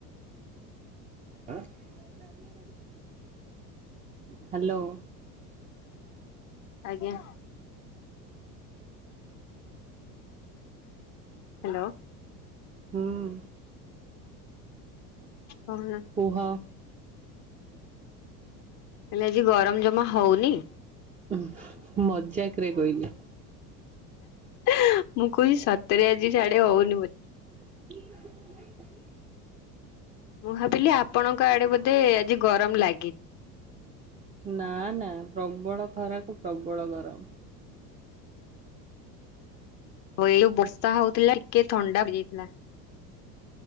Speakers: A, on the right; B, on the left.
A: ଆଁ। କଣ ହ୍ୟାଲୋ।
B: ଆଜ୍ଞା। ହ୍ୟାଲୋ।
A: ହୁଁ।
B: ହଉ <unintelligible>
A: କୁହ?
B: ହେଲେ ଆଜି ଗରମ ଜମା ହଉନି?
A: ହୁ ମଜାକ ରେ କହିଲି।
B: ଏ ମୁଁ କହୁଛି ସତରେ ଆଜିିସିଆଡେ ହଉନି ବୋଲି।
A: ହ <unintelligible>
B: ମୁଁ ଭାବିଲି ଆପଣଙ୍କ ଆଡେ ବୋଧେ ଆଜି ଗରମ ଲାଗି
A: ନା ନା ପ୍ରବଳ ଖରାକୁ ପ୍ରବଳ ଗରମ।
B: ହଉଲ ବର୍ଷା ହଉଥିଲା ଟିକେ ଥଣ୍ଡା ହେଇଯାଇଥିଲା।